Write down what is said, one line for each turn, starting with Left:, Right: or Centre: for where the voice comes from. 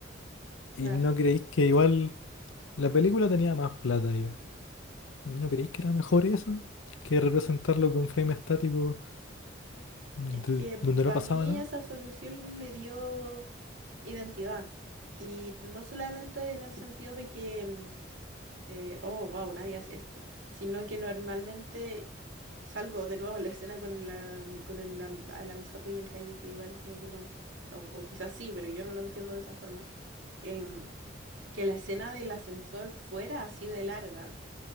Left: Y
Right: Claro,
Left: no creéis que igual la película tenía más plata ya. ¿No creéis que era mejor eso? Que representarlo con frame estático de-
Right: es que
Left: donde
Right: para
Left: no pasaba
Right: mí
Left: nada.
Right: esa solución le dio identidad. Y no solamente en el sentido de que, mm, eh, oh, wow, nadie hace esto, sino que normalmente, salvo de nuevo la <laughs> escena con la, mm, con el, la, a la Misato y el Calle, que igual como que no, o, o quizás sí, pero yo no lo entiendo de esa forma, em, que la escena del ascensor fuera así de larga,